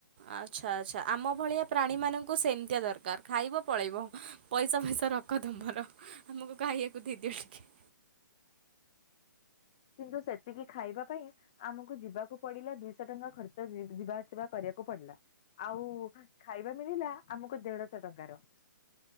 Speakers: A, on the right (about 30°); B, on the left (about 15°).
A: ଆଚ୍ଛା ଆଚ୍ଛା ଆମ ଭଳିଆ ପ୍ରାଣୀ ମାନଙ୍କୁ ସେମିତିଆ ଦରକାର ଖାଇବ ପଳେଇବ। ପଇସା ଫଇସା ରଖ ତୁମର ଆମକୁ ଖାଇବାକୁ ଦେଇଦିଅ ଟିକେ।
B: କିନ୍ତୁ ସେତିକି ଖାଇବା ପାଇଁ ଆମକୁ ଯିବାକୁ ପଡିଲା ଦୁଇଶହ ଟଙ୍କା ଖର୍ଚ୍ଚ ଯିବା ଆସିବା କରିବାକୁ ପଡିଲା। ଆଉ ଖାଇବା ମିଳିଲା ଆମକୁ ଦେଢଶହ ଟଙ୍କାର।